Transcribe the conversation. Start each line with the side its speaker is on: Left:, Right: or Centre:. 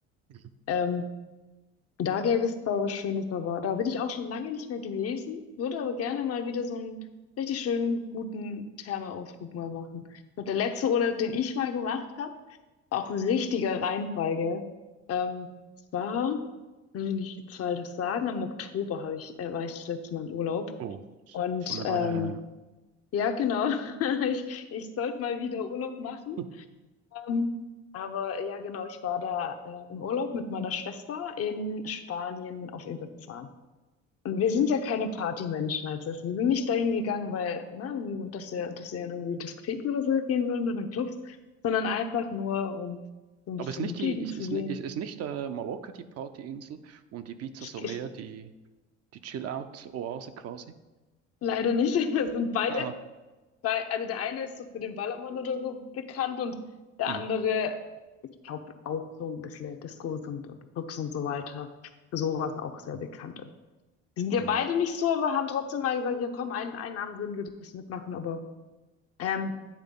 Right: Mhm.
Left: Ähm, Da gäbe es zwar was Schönes, aber da bin ich auch schon lange nicht mehr gewesen, würde aber gerne mal wieder so einen richtig schönen, guten Thermeausflug mal machen. Ich glaub, Der letzte Urlaub, den ich mal gemacht habe, war auch ein richtiger Reinfall, gell? Ähm, es war, wenn ich die Zahl das sagen, im Oktober habe ich, äh, war ich das letzte Mal im Urlaub.
Right: Oh,
Left: Und
Right: schon eine
Left: ähm,
Right: Weile her.
Left: ja, genau, <laughs> ich, ich sollte mal wieder Urlaub machen.
Right: ja.
Left: Ähm, aber ja, genau, ich war da äh, im Urlaub mit meiner Schwester in Spanien auf Ibiza. Und wir sind ja keine Partymenschen als das. Wir sind nicht dahin gegangen, weil, ne, wie- dass wir, dass wir in irgendwie Diskotheken oder so gehen würden oder Clubs, sondern einfach nur, um
Right: <laughs>
Left: so ein bisschen
Right: Aber ist nicht
Left: die Gegend
Right: die, ist,
Left: zu
Right: ist,
Left: sehen.
Right: ni- ist, ist nicht äh, Mallorca die Partyinsel und Ibiza
Left: Es
Right: so mehr
Left: ist
Right: die, die Chill-Out-Oase quasi?
Left: leider nicht. <laughs> Wir sind beide,
Right: <laughs> Haha.
Left: bei, also der eine ist so für den Ballermann oder so bekannt und der
Right: Mhm.
Left: andere, ich glaube, auch so ein bisschen Discos und, und Clubs und so weiter, für sowas auch sehr
Right: Mhm.
Left: bekannt. Wir sind ja
Right: Mhm.
Left: beide nicht so, aber haben trotzdem mal gesagt, ja komm, einen, einen Abend würden wir das mitmachen, aber ähm,